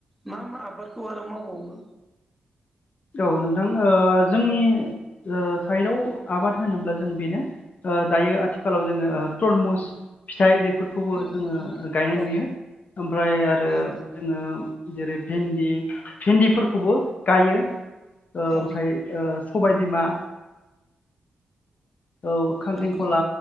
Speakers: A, in the centre; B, on the left.
A: मा मा आबादखौ आरो मावबावो?
B: औ नोंथां ओ जोंनि ओ साइडआव आबाद होनोब्ला जों बेनो ओ दायो आथिखालाव जोङो ओ तरमुस फिथाय बेफोरखौबो
A: औ
B: जोङो गायनाय
A: औ
B: नुयो ओमफ्राय आरो
A: औ
B: जोङो जेरै भिन्दि भिन्दिफोरखौबो गाइयो। ओ
A: औ
B: ओमफ्राय ओ सबाय बिमा। औ खांख्रेंखला
A: नंगौ